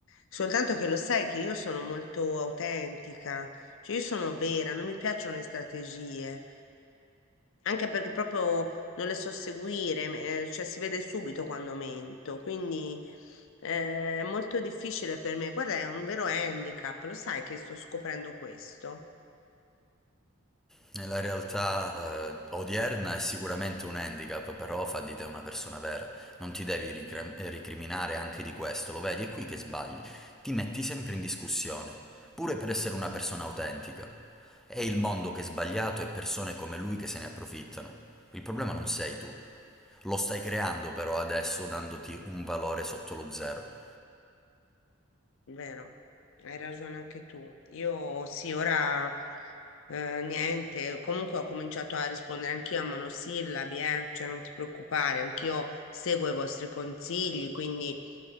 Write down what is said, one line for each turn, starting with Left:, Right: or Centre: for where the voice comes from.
Left: Soltanto che lo sai che io sono molto autentica, cioè io sono vera, non mi piacciono le strategie, anche perché proprio non le so seguire, eh, cioè si vede subito quando mento, quindi eh, è molto difficile per me. Guarda, è un vero handicap, lo sai che sto scoprendo questo.
Centre: Nella realtà eh, odierna è sicuramente un handicap, però fa di te una persona vera. Non ti devi ricre- eh, ricriminare anche di questo, lo vedi, è qui che sbagli. Ti metti sempre in discussione, pure per essere una persona autentica. È il mondo che è sbagliato e persone come lui che se ne approfittano. Il problema non sei tu. Lo stai creando però adesso dandoti un valore sotto lo zero.
Left: Vero, hai ragione anche tu. Io sì, ora eh, niente, comunque ho cominciato a rispondere anch'io a monosillabi, eh, Cioè non ti preoccupare, anch'io seguo i vostri consigli, quindi